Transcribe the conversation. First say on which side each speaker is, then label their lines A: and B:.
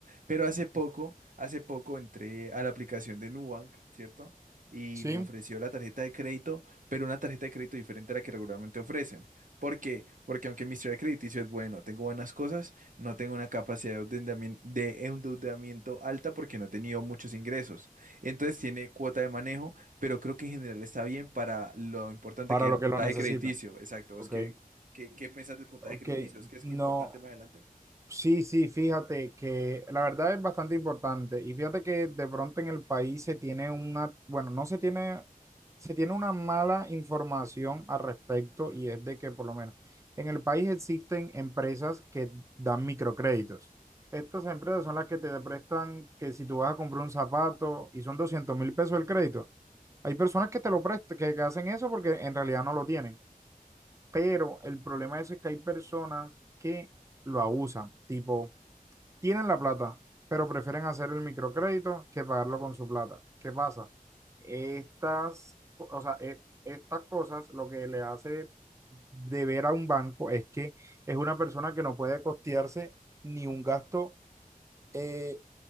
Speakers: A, on the right (about 60°); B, on the right (about 20°).
A: Pero hace poco, hace poco entré a la aplicación de Nubank, ¿cierto? Y
B: Sí,
A: me ofreció la tarjeta de crédito, pero una tarjeta de crédito diferente a la que regularmente ofrecen. ¿Por qué? Porque aunque mi historial crediticio es bueno, tengo buenas cosas, no tengo una capacidad de endeudamiento, de endeudamiento alta porque no he tenido muchos ingresos. Entonces tiene cuota de manejo, pero creo que en general está bien para lo importante
B: para
A: que es
B: lo
A: el
B: que
A: puntaje
B: lo necesita.
A: crediticio. Exacto. ¿Vos
B: Ok,
A: qué, qué, qué pensás del puntaje
B: ok,
A: crediticio? ¿Vos crees
B: no.
A: que es importante más adelante?
B: Sí, sí, fíjate que la verdad es bastante importante y fíjate que de pronto en el país se tiene una, bueno, no se tiene, se tiene una mala información al respecto y es de que por lo menos en el país existen empresas que dan microcréditos. Estas empresas son las que te prestan que si tú vas a comprar un zapato y son doscientos mil pesos el crédito, hay personas que te lo prestan, que, que hacen eso porque en realidad no lo tienen, pero el problema es que hay personas que lo abusan, tipo... Tienen la plata, pero prefieren hacer el microcrédito que pagarlo con su plata. ¿Qué pasa? Estas, o sea, e- estas cosas lo que le hace deber a un banco es que es una persona que no puede costearse ni un gasto eh,